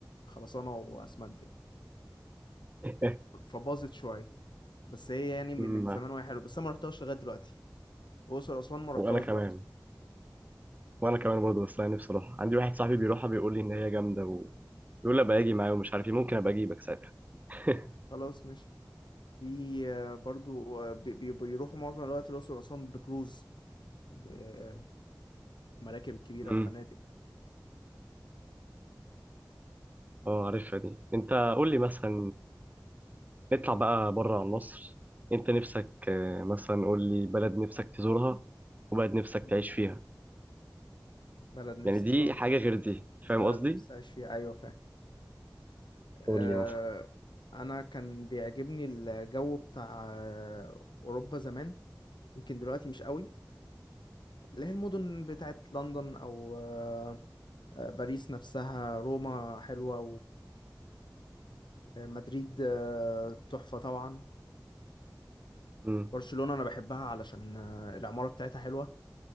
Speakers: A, on the left; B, on the right.
A: خرسانة وأسمنت يعني
B: <laughs>
A: فباظت شوية بس هي يعني م-
B: امم
A: من زمان وهي حلوة بس أنا ما رحتهاش لغاية دلوقتي وأقصر وأسوان ما رحتهاش
B: وانا كمان
A: برضه
B: وانا كمان برضه بس انا نفسي اروح عندي واحد صاحبي بيروحها بيقول لي ان هي جامدة ويقول لي ابقى اجي معاه ومش عارف ايه ممكن ابقى اجيبك ساعتها <laughs>
A: خلاص ماشي في آه، برضو آه، بي... بي- بيروحوا معظم الوقت الأقصر وأسوان بكروز بمراكب الكبيرة
B: امم
A: الفنادق
B: اه عارفها دي انت قول لي مثلا نطلع بقى بره عن مصر انت نفسك آه، مثلا قول لي بلد نفسك تزورها وبلد نفسك
A: مم.
B: تعيش فيها
A: بلد نفسي
B: يعني دي
A: أزورها
B: حاجة غير دي
A: بلد
B: فاهم قصدي
A: نفسي أعيش فيها أيوة فاهم أه...
B: قول لي مثلا
A: أنا كان بيعجبني الجو بتاع آه، أوروبا زمان يمكن دلوقتي مش قوي اللي هي المدن بتاعت لندن او آه، آه، باريس نفسها روما حلوة ومدريد تحفة طبعا
B: امم
A: برشلونة انا بحبها علشان آه، العمارة بتاعتها حلوة